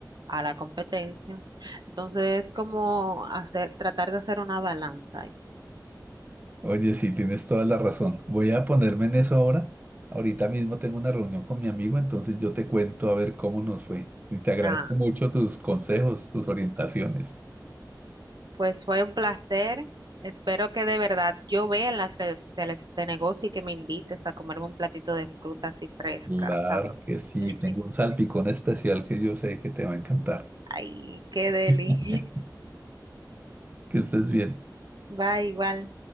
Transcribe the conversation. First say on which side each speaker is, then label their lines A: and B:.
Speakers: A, on the right; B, on the right.
A: a la competencia. Entonces, es como hacer, tratar de hacer una balanza ahí.
B: Oye, sí, tienes toda la razón. Voy a ponerme en eso ahora. Ahorita mismo tengo una reunión con mi amigo, entonces yo te cuento a ver cómo nos fue. Y te agradezco
A: Ah,
B: mucho tus consejos, tus orientaciones.
A: pues fue un placer. Espero que de verdad yo vea en las redes sociales ese negocio y que me invites a comerme un platito de fruta así fresca,
B: Claro
A: sabrosa.
B: que sí,
A: <laughs>
B: tengo un salpicón especial que yo sé que te va a encantar.
A: Ay, qué deli.
B: <laughs> Que estés bien.
A: <laughs> Bye, igual.